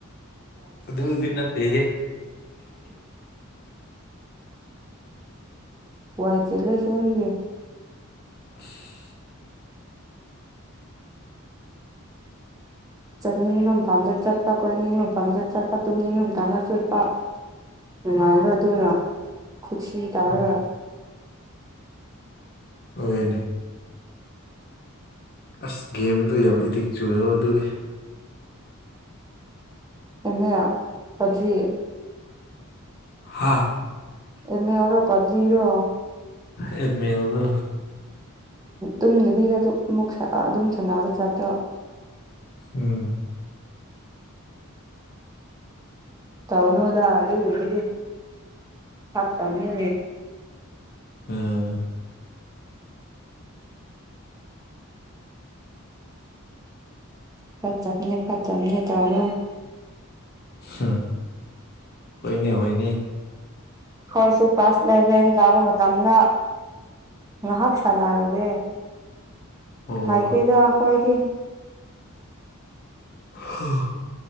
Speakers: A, on the left; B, on the right.
A: ꯑꯗꯨ ꯑꯗꯨꯗꯅꯠꯇ
B: ꯋꯥꯏ ꯆꯦ ꯂꯩꯁꯦꯡꯒꯦ
A: <unintelligible>
B: ꯆꯠꯅꯤꯡꯕ ꯃꯐꯝꯗ ꯆꯠꯄ ꯀꯣꯏꯅꯤꯡꯕ ꯃꯐꯝꯗ ꯆꯠꯄ ꯇꯨꯝꯅꯤꯡꯕ ꯃꯐꯝꯐꯝꯗ ꯆꯠꯄ ꯅꯨꯡꯉꯥꯏꯔꯣ ꯑꯗꯨꯅ ꯈꯨꯠꯁꯤ ꯇꯥꯔꯒ
A: ꯎꯝ ꯑꯣꯏꯅꯦ ꯑꯁ ꯒꯦꯝꯗꯣ ꯌꯥꯝ ꯑꯦꯗꯤꯛ ꯆꯨꯨꯔꯣ ꯑꯗꯨꯒꯤ
B: ꯑꯦꯝ ꯑꯦ ꯄꯖꯤ
A: ꯍꯥꯥ
B: ꯑꯦ ꯃꯦꯜ ꯂꯤ ꯄꯞꯖꯤ ꯔꯣ
A: ꯑꯦ ꯃꯦꯜꯗꯣ
B: ꯇꯨꯝꯗꯕꯤꯗꯨꯝ ꯑꯗꯨꯝ ꯁꯥꯅꯕ ꯖꯥꯠꯇꯣ
A: ꯎꯝ
B: ꯇꯧꯅꯗ ꯑꯗꯨꯒꯨꯝꯕ ꯐꯠꯇꯝꯅꯦ
A: ꯎꯝ
B: ꯐꯠꯇꯕꯅꯦ ꯐꯠꯇꯕꯅꯦ ꯇꯧꯅꯣ
A: ꯎꯝ ꯍꯣꯏꯅꯦ ꯍꯣꯏꯅꯦ
B: ꯑꯩꯈꯣꯏꯁꯨ ꯀ꯭ꯂꯥꯁ ꯏꯂꯦꯚꯦꯟ ꯀꯥꯕ ꯃꯇꯝꯗ ꯉꯥꯏꯍꯥꯛ ꯁꯥꯟꯅꯔꯨꯔꯦ
A: ꯑꯣ
B: ꯍꯥꯏꯇꯦꯗ ꯑꯩꯈꯣꯏꯗꯤ
A: <unintelligible>